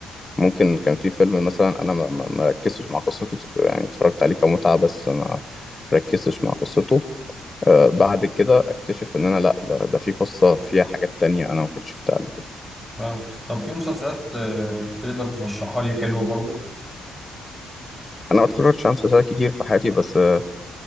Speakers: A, on the left; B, in the centre.
A: ممكن كان في فيلم مثلا انا ما ما- ما ركزتش مع قصته يعني اتفرجت عليه كمتعة بس ما ركزتش مع قصته آه، بعد كده اكتشف ان انا لا ده, ده في قصة فيها حاجات تانية انا ما كنتش شفتها قبل كده
B: فاهم طب في مسلسلات آه تقدر ترشحها لي حلوه برضو
A: انا ما اتفرجتش على مسلسلات كتير في حياتي بس آه،